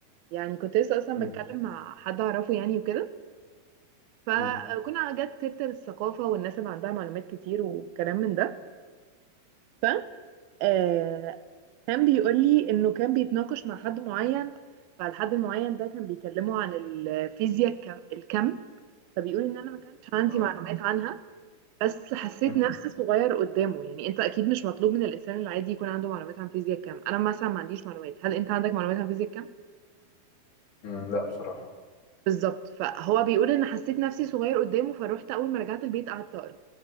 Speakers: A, on the right; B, on the left.
A: يعني كنت لسه اصلا
B: امم
A: بتكلم مع حد اعرفه يعني وكده فكنا
B: امم
A: جت سيرة الثقافة والناس اللي عندها معلومات كتير وكلام من ده ف آه، كان بيقول لي انه كان بيتناقش مع حد معين فالحد المعين ده كان بيكلمه عن الفيزياء الكم, الكم فبيقول ان انا ما كانش عندي
B: اه
A: معلومات عنها بس حسيت
B: امم
A: نفسي صغير قدامه يعني انت اكيد مش مطلوب من الانسان العادي يكون عنده معلومات عن فيزياء الكم انا مثلا ما عنديش معلومات هل انت عندك معلومات عن فيزياء الكم
B: امم لا بصراحة
A: بالظبط فهو بيقول ان حسيت نفسي صغير قدامه فروحت اول ما رجعت البيت قعدت اقرا